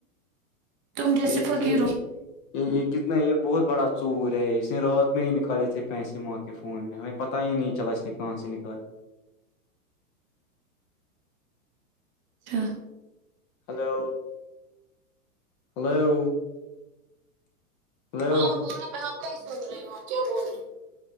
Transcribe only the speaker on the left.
یہ
<inaudible> یہ یہ کتنا یہ بہت بڑا چور ہے اس نے رات میں ہی نکالے تھے پیسے موکے فون میں ہمیں پتاہ ہی نہیں چلا اس نے کہاں سے نکالے
ہلو ہلو ہلو